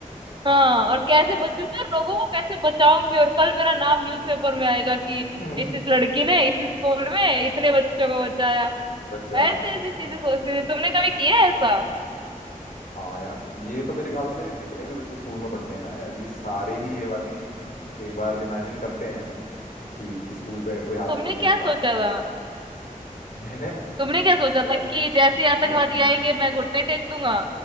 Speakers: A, on the right; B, on the left.
A: हाँ और कैसे
B: हाँ
A: बचूंगी और लोगों को कैसे बचाऊंगी और कल मेरा नाम न्यूज़पेपर में आएगा कि
B: <laughs>
A: इस इस लड़की ने इस स्कूल में इतने बच्चों को बचाया
B: बचाया
A: ऐसे ऐसी
B: समझ
A: चीजें
B: गया
A: सोचती थी तुमने कभी किया है ऐसा
B: हाँ यार ये तो मेरे ख्याल से जितने भी बच्चे स्कूल में पढ़ते हैं ना यार ये सारे ही ये वाली एक बार इमेजिन करते हैं चीज कि स्कूल पे कोई आतंकवादी
A: तुमने
B: हमला
A: क्या सोचा
B: हो जाए
A: था
B: मैंने
A: तुमने क्या सोचा
B: यार
A: था कि जैसे ही आतंकवादी
B: यार
A: आएंगे मैं घुटने टेक दूंगा